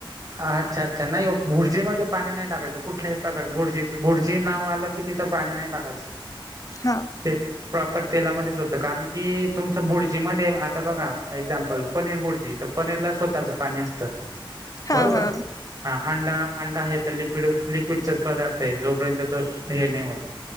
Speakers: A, on the right (about 40°); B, on the left (about 40°).
A: हा अच्छा अच्छा नाही भुर्जीमध्ये पाणी नाही टाकायचं कुठल्याही प्रकार भुर्जीचं भुर्जी नाव आलं कि तीथं पाणी नाही टाकायचं.
B: हा.
A: ते प्रॉपर तेलामध्येच होतं कारण की तुमचं भुर्जीमध्ये आता बघा एक्झाम्पल पनीर भुर्जी तर पनीरला स्वतःच पाणी असत
B: हा
A: बरोबर?
B: हा
A: हा अंडा अंडा हे तर लिक्विड लिक्विडचाच पदार्थ आहे जोपर्यंत तो हे नाही होत